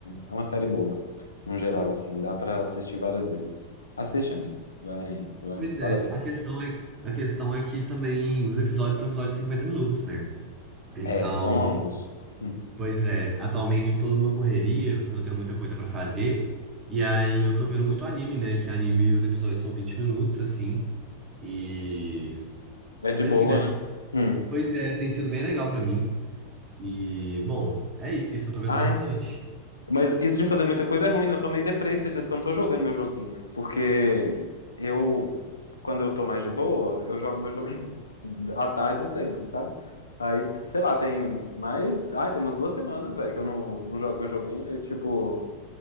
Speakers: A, on the left; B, on the right.
A: é uma série boa, no geral, assim, dá pra assistir várias vezes. Assiste, amigo. Vai, vai,
B: Pois
A: vale
B: é,
A: a pena.
B: a questão é, a questão é que também os episódios são episódios de 50 minutos, né? Então,
A: É, são longos. Hum.
B: pois é, atualmente eu tô numa correria, eu tô tendo muita coisa pra fazer e aí eu tô vendo muito anime, né? Que anime os episódios são 20 minutos, assim, e
A: É de
B: assim,
A: boa,
B: né?
A: né? Hum.
B: Pois é, tem sido bem legal pra mim. E, bom, é isso, eu tô vendo
A: Ai,
B: bastante.
A: Mas isso de fazer muita coisa é ruim, né? Eu tô meio deprê esses dias que eu não tô jogando meu joguinho. Porque eu, quando eu tô mais de boa, eu jogo meu joguinho <laughs> à tarde sempre, sabe? Aí, sei lá, tem mais. Ah, tem umas duas semanas, velho, que eu não, não jogo meu joguinho e, tipo,